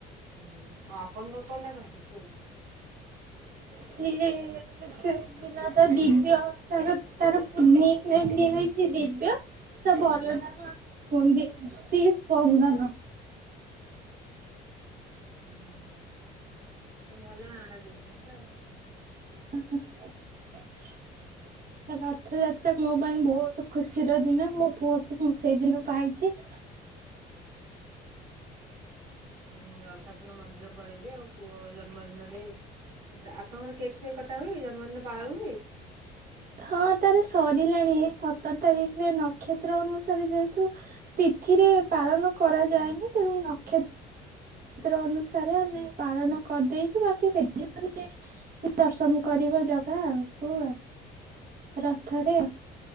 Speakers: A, on the right; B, on the right.
A: ହୁଁ, ହୁଁ, ଆଉ ଆପଣ ତାକୁ କଣ ଡାକନ୍ତି ପୁଅକୁ?
B: ସିଏ ସେଦିନ ତ ଦିବ୍ୟ ତାର ତାର ନିକ୍ ନେମ୍ ଦିଆହେଇ ସେ ଦିବ୍ୟ ତା ଭଲ ନାଁ <unintelligible> ସ୍ପନ୍ଦନ। <inaudible>
A: ହୁଁ ହୁଁ ହୁଁ। ଏ ଭଲ ନାଁଟା ଦେଇଛନ୍ତି ଆଉ।
B: ଓହୋ। ତ ରଥଯାତ୍ରା ମୋ ପାଇଁ ବହୁତ ଖୁସିର ଦିନ ମୋ ପୁଅକୁ ମୁଁ ସେଇଦିନ ପାଇଛି। <inaudible>
A: ହୁଁ, ରଥ ଯାତ୍ର ଦିନ ମନ୍ଦିର ପଳେଇବେ ଆଉ ପୁଅ ଜନ୍ମଦିନରେ। ତ ଆପଣଙ୍କର କେକ୍ କେକ୍ କଟା ହୁଏ ଜନ୍ମଦିନ ପାଳୁ।
B: ହଁ ତାର ସରିଲାଣି ଏଇ ସତର ତାରିଖରେ ନକ୍ଷତ୍ର ଅନୁସାରେ ଯେହେତୁ ତିଥିରେ ପାଳନ କରାଯାଏନି ତେଣୁ ଏ ନକ୍ଷ ନକ୍ଷତ୍ର ଅନୁସାରେ ଆମେ ପାଳନ କରିଦେଇଛୁ। ବାକି ସେଦିନ <inaudible> ଦର୍ଶନ କରିବ ଜଗା ଆଉ କୁ ଆଉ ରଥରେ